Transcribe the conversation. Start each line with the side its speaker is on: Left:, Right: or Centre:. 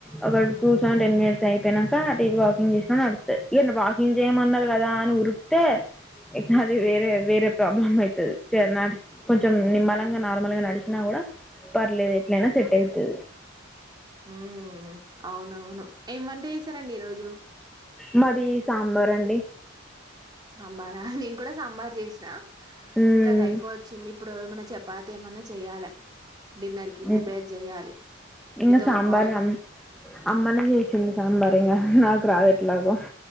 Centre: అల
Right: ఉమ్,
Centre: కూర్చొని ఒక టెన్ మినిట్స్ అయిపోయినాక అటు ఇటు వాకింగ్ చేసినా నడుస్తది ఇగ వాకింగ్ చేయమన్నారు కదా అని ఊరుకుతే అది వేరే వేర ప్రాబ్లమ్ ఐతది సరేనా కొంచెం నిమ్మళంగా నార్మల్ గా నడిచినా కూడా పర్లేదు ఎట్లయినా సెట్ అవుతది
Right: ఉ అవునవును ఏం వంట చేసారండి ఈరోజు
Centre: మాది సాంబార్ అండి
Right: సాంబారా నేను కూడా సాంబార్ చేసినా
Centre: హ్మ్.
Right: ఇంకా అది అయిపో వచ్చింది ఇప్పుడు ఏమన్నా చపాతి ఏమన్నా చెయాలా డిన్నర్ కి
Centre: హ్మ్.
Right: ప్రిపేర్ చెయాలి
Centre: ఇంగ
Right: నీతో
Centre: సాంబార్
Right: కాల్ మా
Centre: అమ్ అమ్మనే చేసింది సాంబర్ ఇగ నాకు రాదు ఎట్లాగ